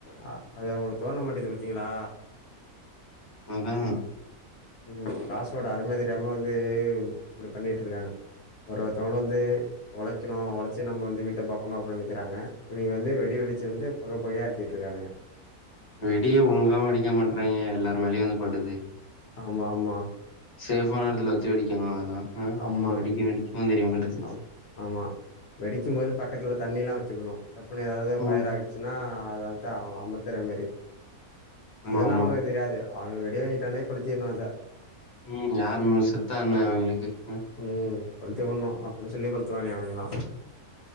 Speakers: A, on the left; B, on the left.
A: அ அது அவுங்ளுக்கு தோண மாட்டுது பாத்தீங்ளா
B: அதா
A: ம் காசோட அரும தெரியாம வந்து இப்டி பண்ணிட்டுருக்காங்க ஒரு ஒருத்தவங்களு வந்து உழைக்கணு உழச்சு நம்ம வந்து வீட்ட பாக்கணு அப்டின்னு நெனைக்கிறாங்க இவங்க வந்து வெடி வெடிச்சு வந்து பொக போகயா ஆக்கிட்டுருக்கானுங்க
B: வெடியு ஒழுங்காவு வெடிக்க மாட்றாங்க எல்லாருமேலயு வந்து படுது
A: ஆமா ஆமா
B: சேஃபான எடத்துல வச்சு வெடிக்கணு அதெல்லா
A: ஆமா,
B: ஆ வெடிக்கு வெடிக்கவு தெரிய மாட்டுது
A: ஆம், ஆமா வெடிக்கும் போது பக்கத்துல தண்ணில்லா வச்சுக்கணு டப்புன்னு ஏதாவது ஃபயர்
B: ம்
A: ஆயி ச்சுனா அத அத்தா அமத்தர மாரி
B: ஆமா
A: அதெல்லா
B: ஆமா
A: ஒனக்கு தெரியாது அவனுங்க வெடி வாங்கிட்டானே கொளுஞ்சிக்கினுவா அத
B: ம் யாருமே செத்தா என்ன அவெங்களுக்கு ம்
A: ம் கொளுத்தி புட்ணு அப்டி சொல்லி கொளுத்துவாங்க அவெங்கெலா